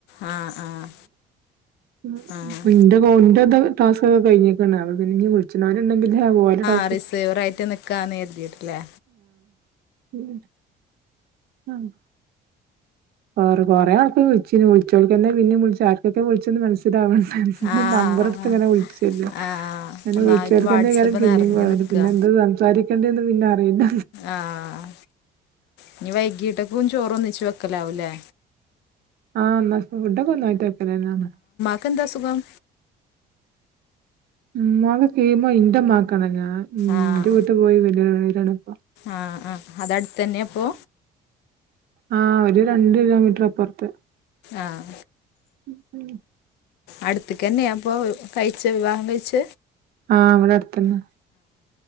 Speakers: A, on the left; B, on the right.
A: ആഹ് ആഹ്
B: ഉം
A: ആഹ്
B: അപ്പ ഇന്റെ കോ ഇന്റെ ത് ടാസ്ക്ക്ഒക്കെ കഴിഞ്ഞി ക്ണ് അപ്പംപിന്നെ ഞ്ഞ് വിളിച്ച് ണോര്‌ ഇണ്ടങ്കില് ഓല ടാ
A: ആ ഹ് റിസേവർ ആയിട്ട് നിക്കാന്ന് കരുതിയിട്ട്ല്ലേ
B: ഉം ആഹ് കൊറെ കൊറെ ആൾക്ക് വിളിച്ചീനി വിളിച്ചോൽക്കന്നെ പിന്നെ വിളിച്ചു ആർക്കൊക്കെ വി ൾച്ചന്ന് മൻ സിലാവണ് ഇത്
A: ആഹ്
B: നമ്പർ ടുത്ത് ങ്ങനെ വിളിച്ചല്ലോ
A: ആഹ്
B: പിന്നെ
A: ഒന്നായിട്ട്
B: വിളിച്ചാൽക്കന്നെ
A: വാട്സപ്പ്
B: കാരം പിന്നേ
A: നിറഞ്ഞ്
B: പോയത്
A: നിക്കാ
B: പിന്നെ എന്ത് സംസാരിക്കണ്ടന്ന് പിന്നെ അറിയില്ല
A: ആഹ് ഇനി വൈകീട്ടക്കും ചോറ ഒന്നിച്ച് വെക്കലാവൂല്ലേ
B: ആഹ് ന്നൽ ഫുഡൊക്കെ ഒന്നായിട്ട് വെക്കലന്നാണ്
A: അന്ക്ക്ന്താ അസുഖം
B: ഇ മാക് കീമോ ഇന്റെ മാക്കാണ് ഞാൻ ഇന്റെ
A: ആഹ്
B: വീട്ട് പോയി വരാണ് വരാണ് പ്പം
A: ആഹ് ആ അത അടുത്തന്നെപ്പോ
B: ആ ഹ് ഒരു രണ്ട് കിലോമീറ്റർ അപ്പൊറ്ത്ത്
A: ആഹ്
B: ഉ ഉം
A: അടുത്തക്കന്നെയാ അപ്പൊ കഴിച്ച വിവാഹം കഴിച്ച
B: ആഹ് അവിടെ അടുത്തന്നെ-